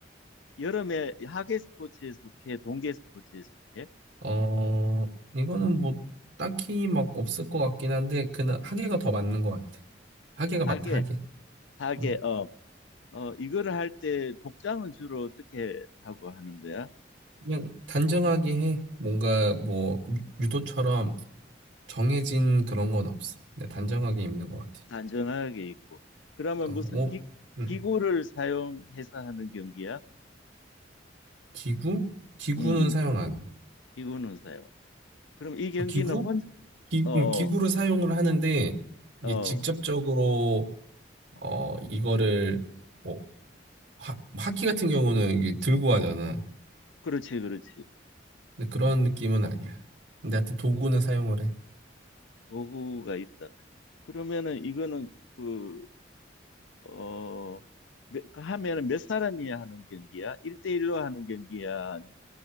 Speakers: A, on the left; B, on the right.
A: 여름에 하계 스포츠에 속해, 동계 스포츠에 속해?
B: 어, 이거는 뭐 딱히 막 없을 것 같긴 한데 그 하계가 더 맞는 것 같아. 하계가
A: 하계,
B: 맞다, 하계.
A: 하계,
B: 응.
A: 어, 어, 이거를 할 때 복장은 주로 어떻게 하고 하는 거야?
B: 그냥 단정하게 해. 뭔가 뭐 유- 유도처럼 정해진 그런 건 없어. 근데 단정하게 입는 것 같아.
A: 단정하게 입고. 그러면
B: 어,
A: 무슨
B: 뭐
A: 기,
B: 응.
A: 기구를 사용해서 하는 경기야?
B: 기구? 기구는
A: 음,
B: 사용 안 해.
A: 비구는 사용. 그럼 이 경기는
B: 아, 기구?
A: 혼,
B: 기,
A: 어, 어,
B: 음, 기구를 사용을 하는데 이게
A: 어,
B: 직접적으로 어 이거를 뭐 하, 하키 같은 경우는 이게 들고 하잖아.
A: 그렇지, 그렇지.
B: 근데 그런 느낌은 아니야. 근데 하여튼 도구는
A: 아,
B: 사용을 해.
A: 도구가 있다. 그러면은 이거는 그, 어, 몇- 그 하면은 몇 사람이 하는 경기야? 일대일로 하는 경기야? 아니면